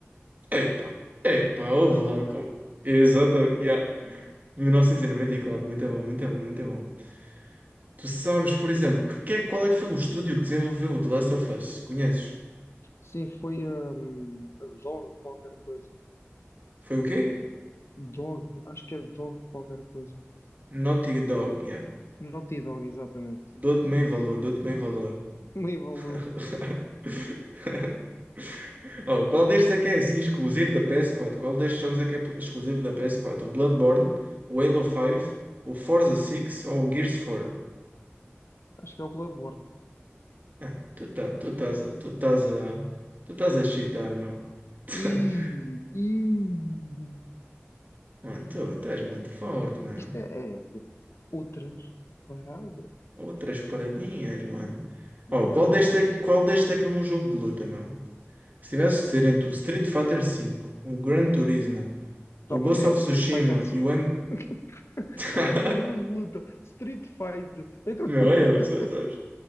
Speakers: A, on the right; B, on the left.
A: Epa, epa, ouve
B: Foi.
A: lá. Como... Exato, yeah. 1994, muito bom, muito bom, muito bom. Tu sabes, por exemplo, que, que, é- qual é que foi o estúdio que desenvolveu o The Last of Us? Conheces?
B: Sim, foi hum, a Dog qualquer coisa.
A: Foi o quê?
B: Dog. Acho que é Dog qualquer coisa.
A: Naughty Dog, yeah.
B: Naughty Dog, exatamente.
A: Dou-te meio valor, dou-te meio valor.
B: <laughs> Meio valor.
A: <laughs> Oh, qual destes é que é assim exclusivo da PS4? Qual destes jogos é que é pl- exclusivo da PS4? O Bloodborne, o Halo 5, o Forza 6 ou o Gears 4?
B: Acho que é o Bloodborne.
A: Ah, tu tá, tu estás a, tu estás a, tu estás a cheatar, meu. <laughs>
B: Easy, easy.
A: Mano, tu estás muito forte, meu.
B: Isto é, é, puto, outras paradas.
A: Outras paradinhas, mano. Oh,
B: Hum.
A: qual destes é, que- qual destes é que é um jogo de luta, meu? Se tivesse de dizer entre o Street Fighter cinco, o Gran Turismo,
B: Tá,
A: o Ghost
B: mano, é
A: of
B: o Street
A: Tsushima
B: Fighter 5.
A: e o
B: <laughs>
A: <laughs>
B: Qual é que é um jogo de luta? Street Fight. Então,
A: Meu,
B: <laughs>
A: olha, sa- sabes,